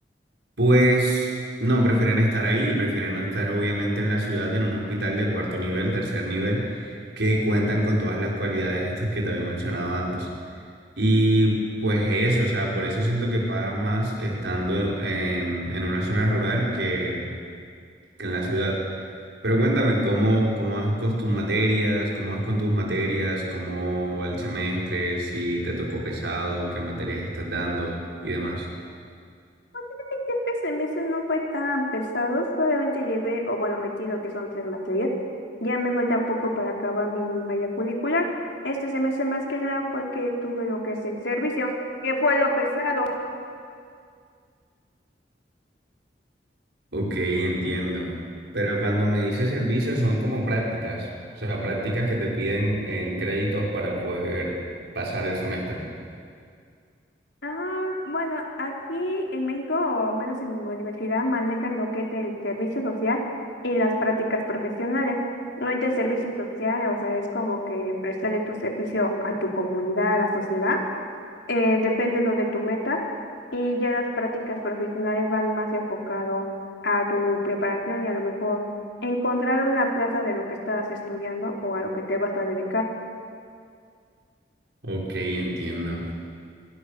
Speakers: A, on the right (about 85°); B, on the left (about 85°).
A: Pues no, prefieren estar ahí, prefieren no estar obviamente en la ciudad, en un hospital de cuarto nivel, tercer nivel, que cuentan con todas las cualidades estas que te había mencionado antes. Y pues eso, o sea, por eso siento que pagan más estando en, en una zona rural que, que en la ciudad. Pero cuéntame, ¿cómo, cómo vas con tus materias? ¿Cómo vas con tus materias? ¿Cómo va el semestre? ¿Si te tocó pesado? ¿Qué materias estás dando? Y demás.
B: Fíjate que este semestre no fue tan pesado, solamente llevé, o bueno, metido que son tres materias, ya me falta poco para acabar mi malla curricular. Este semestre más que nada fue que tuve lo que es el servicio, que fue lo pesado.
A: Ok, entiendo. Pero cuando me dice servicios son como prácticas, o sea, prácticas que te piden en créditos para poder pasar el semestre.
B: Ah, bueno, aquí en México, o menos en mi universidad, manejan lo que es el servicio social y las prácticas profesionales. Ahorita el servicio social, o sea, es como que prestarle tu servicio a tu comunidad, a la sociedad, eh, depende de donde tú metas, y ya las prácticas profesionales van más enfocado a tu preparación y a lo mejor encontrar una plaza de lo que estás estudiando o a lo que te vas a dedicar.
A: Ok, entiendo.